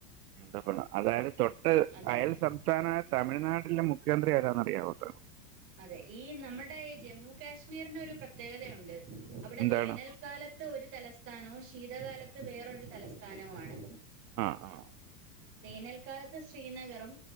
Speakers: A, on the right; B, on the right.
A: <unintelligible> അതായത് തൊട്ട്
B: അതെ
A: അയൽ
B: അതെ
A: സംസ്ഥാനായ തമിഴ്നാ ടിന്റെ മുഖ്യമന്ത്രി ആരാന്നറിയാവോ ത്
B: അതെ ഈ നമ്മടെ ജമ്മു കാശ്മീറിന് ഒരു പ്രത്യേകതയൊണ്ട് അവിടെ
A: എന്താണ്
B: വേനൽക്കാലത്ത് ഒരു തലസ് സ്ഥാനവും ശീതകാലത്ത് വേറൊരു തലസ്ഥാനവും ആണ്
A: ആഹ് ആഹ്
B: വേനൽക്കാലത്ത് ശ്രീനഗറും